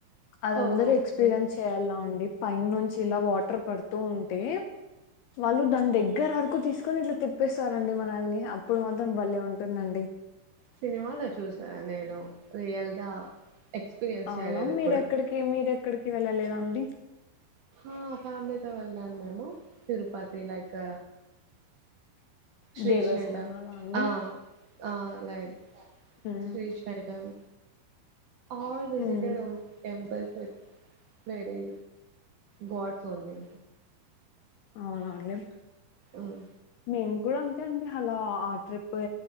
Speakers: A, on the left; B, on the right.
A: అది
B: ఓ
A: అందరు
B: ఓకే
A: ఎక్స్పీరియన్స్ చేయ్యాలా అండి పైన్ నుంచి ఇలా వాటర్ పడుతూ ఉంటే వాళ్ళు దాని దగ్గర వరకు తీసుకొని ఇట్లా తిప్పేస్తారండి మనల్ని అప్పుడు మాత్రం బలే ఉంటుందండి
B: సినిమాలో చూసాను నేను రియల్గా ఎక్స్పీరియన్స్
A: అవునా
B: చేయలేదు ఎప్పుడు
A: మీరెక్కడికి మీరెక్కడికి వెళ్ళలేద అండి
B: ఆ ఫ్యామిలీతో వెళ్ళాం మేము తిరుపతి లైక్ శ్రీశైలం
A: దేవస్థానాల అండి
B: ఆ ఆ like
A: um
B: Srisailam all visited
A: um
B: only time temples very gods only
A: అవునండి
B: మ్మ్
A: మేం కూడా అంతే అండి అలా ఆ ట్రిప్ వె